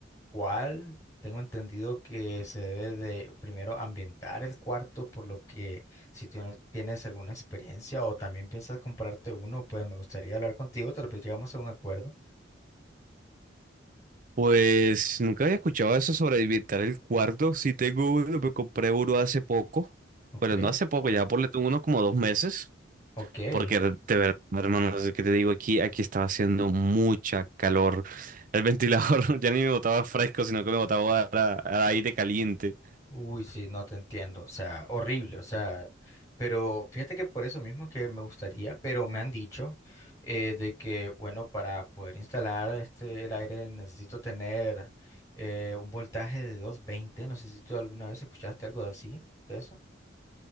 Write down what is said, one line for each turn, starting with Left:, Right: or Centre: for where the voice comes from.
Left: cual tengo entendido que se debe de primero ambientar el cuarto, por lo que si tú no tienes alguna experiencia o también piensas comprarte uno, pues me gustaría hablar contigo, tal vez llegamos a un acuerdo.
Right: Pues nunca había escuchado eso sobre habitar el cuarto. Sí tengo uno, me compré uno hace poco.
Left: Ok,
Right: Bueno, no hace poco, ya por tuve unos como dos meses.
Left: ok.
Right: Porque de de verdad, hermano, no sé qué te digo, aquí, aquí estaba haciendo mucha calor. El ventilador <laughs> ya ni me botaba fresco, sino que me botaba a- a- aire caliente.
Left: Uy, sí, no te entiendo, o sea, horrible, o sea, pero fíjate que por eso mismo es que me gustaría, pero me han dicho eh, de que, bueno, para poder instalar este, el aire necesito tener eh, un voltaje de doscientos veinte no sé si tú alguna vez escuchaste algo de así, de eso.